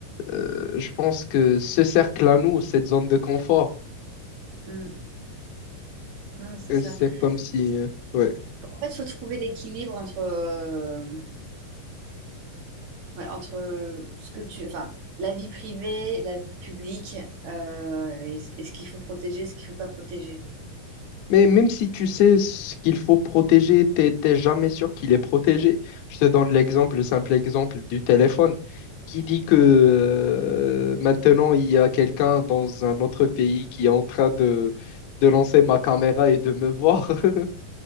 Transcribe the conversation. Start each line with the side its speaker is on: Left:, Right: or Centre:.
Left: euh, je pense que ce cercle à nous, cette zone de confort,
Right: mm. Non, c'est
Left: Et
Right: ça.
Left: c'est comme si,
Right: C'est-
Left: euh, ouais,
Right: En fait, il faut trouver l'équilibre entre. euh, Ouais, entre euh, ce que tu, enfin, la vie privée, la vie publique, euh, et, et ce qu'il faut protéger, ce qu'il faut pas protéger.
Left: Mais même si tu sais ce qu'il faut protéger, t'es, t'es jamais sûr qu'il est protégé. Je te donne l'exemple, le simple exemple du téléphone. Qui dit que euh, maintenant il y a quelqu'un dans un autre pays qui est en train de, de lancer ma caméra et de me voir? <laughs>